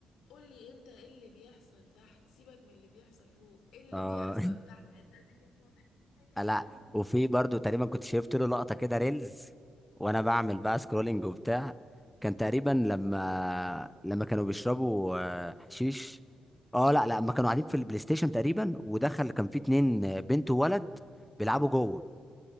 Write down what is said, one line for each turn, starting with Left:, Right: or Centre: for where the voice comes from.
Left: قول لي انت ايه اللي بيحصل تحت سيبك من اللي بيحصل فوق ايه اللي
Centre: اه
Left: بيحصل تحت الحتة دي كانت مضحكة
Centre: <laughs>
Left: قوي
Centre: لا وفي برضو تقريبا كنت شفت له لقطه كده ريلز وانا بعمل بقى سكرولينج وبتاع كان تقريبا لما لما كانوا بيشربوا آه، حشيش اه لا لا لما كانوا قاعدين في البلاي ستيشن تقريبا ودخل كان في اتنين آه، بنت وولد بيلعبوا جوه